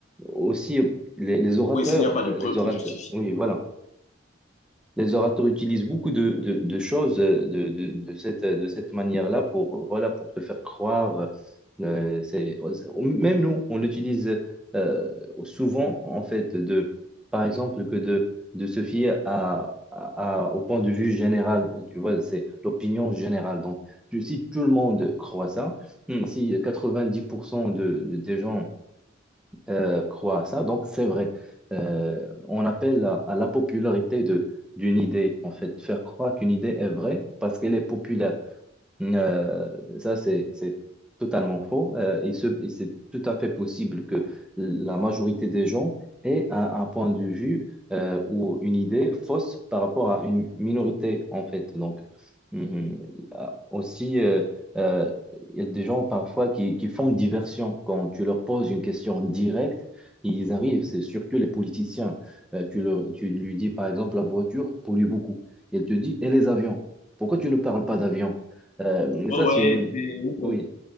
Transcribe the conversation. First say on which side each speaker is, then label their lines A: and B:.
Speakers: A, in the centre; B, on the left (about 35°).
A: aussi les, les orateurs,
B: Oui, s'il n'y a pas
A: euh,
B: de preuve
A: les
B: pour
A: orateurs,
B: justifier.
A: oui, voilà. Les orateurs utilisent beaucoup de, de- de choses euh, de, de- de cette, euh, de cette manière-là pour, euh, voilà, pour te faire croire. euh, c'est, même nous, on l'utilise euh, souvent, en fait, de, par exemple, que de, de se fier à, à- à- au point de vue général. Tu vois, c'est l'opinion générale. Donc, tu- si tout le monde croit ça, hmm, si 90% de, de- des gens euh, croient à ça. Donc, c'est vrai. Euh, on appelle à, à la popularité de, d'une idée, en fait, faire croire qu'une idée est vraie parce qu'elle est populaire. Euh, ça, c'est, c'est totalement faux. Euh, il se- il- c'est tout à fait possible que la majorité des gens aient un, un point de vue euh, ou une idée fausse par rapport à une minorité, en fait. Donc, mhm, il y a aussi, euh, euh, il y a des gens parfois qui, qui font diversion. Quand tu leur poses une question directe, ils arrivent, c'est surtout les politiciens. Euh, tu, leur- tu lui dis, par exemple, la voiture pollue beaucoup. Il te dit, et les avions? Pourquoi tu ne parles pas d'avions? Euh, mais
B: Oh,
A: ça, c'est
B: ouais,
A: une...
B: c'est-
A: Oui.